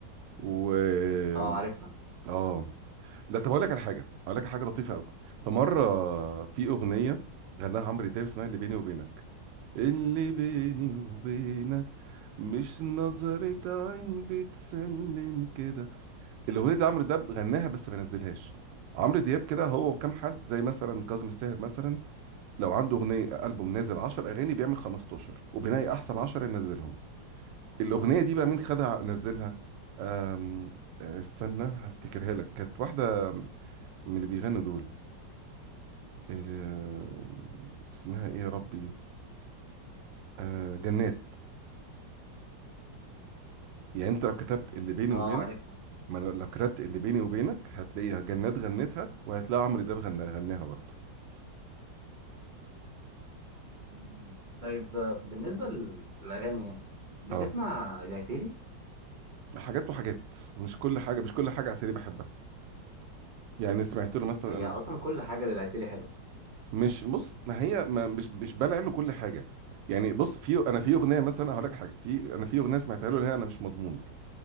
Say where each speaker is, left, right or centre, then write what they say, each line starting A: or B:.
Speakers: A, on the right (about 80°); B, on the right (about 40°).
A: و اه
B: اه عارفها
A: آه. لا طب اقول لك على حاجه اقول لك على حاجه لطيفه قوي فمره في اغنيه غناها عمرو دياب اسمها اللي بيني وبينك اللي بيني وبينك مش نظرة عين بتسلم كده الاغنيه دي عمرو دياب غناها بس ما نزلهاش عمرو دياب كده هو وكام حد زي مثلا كاظم الساهر مثلا لو عنده اغنيه البوم نازل 10 اغاني بيعمل 15 وبينقي احسن 10 ينزلهم الاغنيه دي بقى مين خدها نزلها
B: مم.
A: أم... آه، استنى هفتكرها لك كانت واحده من اللي بيغنوا دول أم، اسمها ايه يا ربي أه جنات يعني انت لو كتبت اللي بيني
B: اه
A: وبينك
B: عارفها
A: ما أنا لو كتبت اللي بيني وبينك هتلاقيها جنات غنتها وهتلاقي عمرو دياب غناها غناها برضه
B: مم. طيب آه، بالنسبة لل- للأغاني يعني بتسمع
A: اه
B: العسيلي
A: حاجات وحاجات مش كل حاجه مش كل حاجه عسيري بحبها يعني سمعت له مثلا
B: هي
A: انا
B: أصلا
A: مش
B: كل حاجة للعسيلي حلوة
A: مش بص ما هي ما مش مش بلع له كل حاجه يعني بص في انا في اغنيه مثلا هقول لك حاجه في انا في اغنيه سمعتها له اللي هي انا مش مضمون